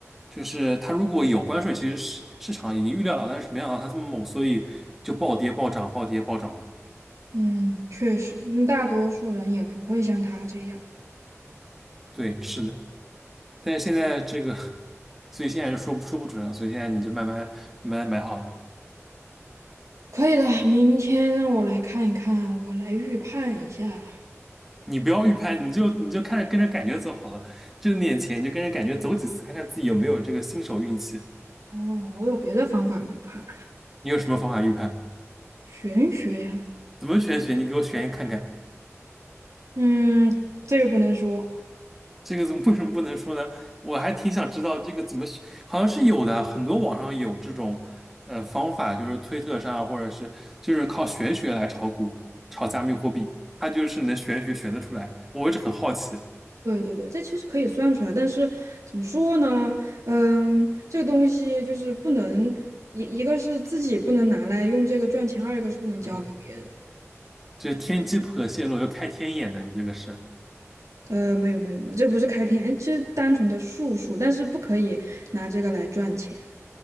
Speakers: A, in the centre; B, on the right.
A: 就是他如果有关税，其实市市场已经预料到，但是没想到他这么猛，所以就暴跌暴涨，暴跌暴涨的。
B: 嗯，确实，嗯大多数人也不会像他这样。
A: 对，是的。但是现在这个，<laughs> 所以现在就说不说不准啊。所以现在你就慢慢慢慢买好了，
B: 可以的，明天让我来看一看，我来预判一下。
A: 你不要预判，你就你就看着跟着感觉走好了。挣点钱你就跟着感觉走几次，看看自己有没有这个新手运气。
B: 哦，我有别的方法预判。
A: 你有什么方法预判？
B: 玄学呀，
A: 怎么玄学？你给我选一个看看，
B: 嗯，这个不能说。
A: 这个怎么为什么不能说呢？我还挺想知道这个怎么选好像是有的，很多网上有这种呃方法，就是推特上或者是就是靠玄学来炒股、炒加密货币，它就是能玄学选得出来。我一直很好奇，
B: 对对对，这其实可以算出来，但是怎么说呢？嗯，这个东西就是不能一一个是自己不能拿来用这个赚钱，二一个是不能交给别人。
A: 嗯，这天机不可泄露，要开天眼的，你这个是。
B: 呃，没有没有没有，这不是开天，这单纯的术数，但是不可以拿这个来赚钱，